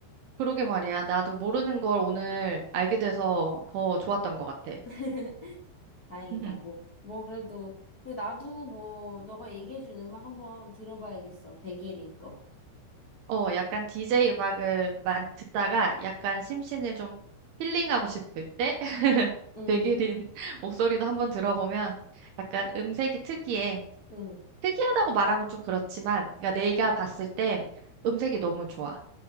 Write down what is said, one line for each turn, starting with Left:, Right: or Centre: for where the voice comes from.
Right: 그러게 말이야. 나도 모르는 걸 오늘 알게 돼서 더 좋았던 것 같아.
Left: <laughs> 다행이다.
Right: <laughs>
Left: 뭐, 뭐, 그래도. 근데 나도 뭐, 너가 얘기해준 음악 한번 들어봐야겠어. 백예린 거.
Right: 어, 약간 DJ 음악을 많이 듣다가 약간 심신을 좀 힐링하고 싶을 때 <laughs>
Left: 응,
Right: 백일인 <laughs> 목소리도 한번 들어보면 약간 음색이 특이해.
Left: 응,
Right: 특이하다고 말하면 좀 그렇지만, 그러니까 내가 봤을 때 음색이 너무 좋아.